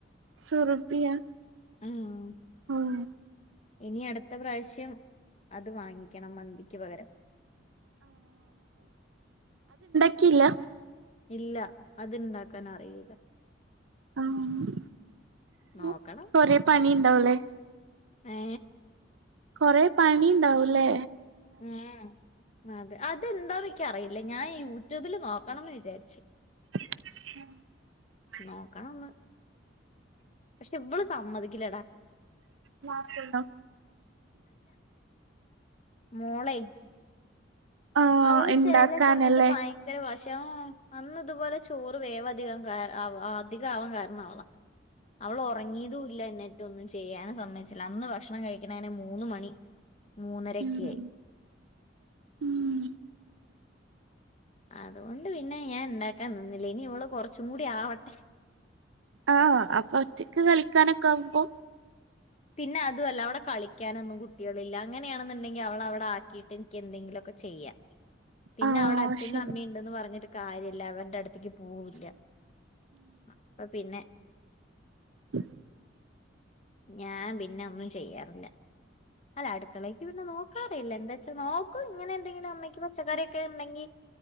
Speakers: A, on the right; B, on the left.
A: സുർബിയാൻ
B: ആഹ്
A: ആഹ്
B: ഇനി അടുത്ത പ്രാവശ്യം അത് വാങ്ങിക്കണം മന്തിക്ക് പകരം
A: ക്കിയില്ലാ
B: ഇല്ല അത്ണ്ടാക്കാൻ അറിയില്ല
A: ആഹ് <unintelligible>
B: നോക്കണം
A: <unintelligible>
B: ഏ
A: കൊറേ പണിണ്ടാവും ല്ലെ
B: ഉം അതെ അതെന്താന്ന് എനിക്കറിയില്ല ഞാൻ യൂട്യൂബില് നോക്കണംന്ന് വിചാരിച്ചു
A: <inaudible>
B: നോക്കണം ഒന്ന് പക്ഷെ ഇവള് സമ്മതിക്കില്ലെടാ
A: മാർക്കുണ്ടോ
B: മോളെയ്‌
A: ആഹ്
B: അവള്
A: ഇണ്ടാക്കാനല്ലേ
B: ചെല സമയത്ത് ഭയങ്കര വാശി <unintelligible> അന്ന് ഇതുപോലെ ചോറ് വേവധികാ കാൻ അധികാവാൻ കാരണം അവളാ അവള് ഒറങ്ങിയതും ഇല്ല എന്നേ ഒന്നും ചെയ്യാനും സമ്മതിച്ചില്ല അന്ന് ഭക്ഷണം കഴിക്കണതന്നെ മൂന്ന് മണി മൂന്നരയൊക്കെ
A: ഉം
B: ആയി
A: ഉം
B: അതുകൊണ്ട് പിന്നെ ഞാൻ ഇണ്ടാക്കാൻ നിന്നില്ല ഇനി ഇവള് കുറച്ചും കൂടി ആവട്ടെ
A: ആഹ് അപ്പൊ ഒറ്റക്ക് കളിക്കാനൊക്കെ ആകുമ്പോ
B: പിന്നെ അതും അല്ല അവിടെ കളിക്കാനൊന്നും കുട്ടികളില്ല. അങ്ങനെയാണെന്നുണ്ടെങ്കിൽ അവളെ അവിടെ ആക്കിയിട്ട് എനിക്ക് എന്തെങ്കിലും ഒക്കെ ചെയ്യാ പിന്നെ
A: ആഹ്
B: അവിടെ അച്ഛനും
A: ശരി
B: അമ്മേം ണ്ടെന്ന് പറഞ്ഞിട്ട് കാര്യല്ല അവര്ടെ അടുത്തേക്ക് പോവില്ല അപ്പൊ പിന്നെ
A: <inaudible>
B: ഞാൻ പിന്നെ ഒന്നും ചെയ്യാറില്ല. അല്ല അടുക്കളേക്ക് പിന്നെ നോക്കാറേ ഇല്ല എന്താച്ചാ ഇങ്ങനെ എന്തെങ്കിലും അമ്മക്ക് പച്ചക്കറി <unintelligible> ഉണ്ടെങ്കിൽ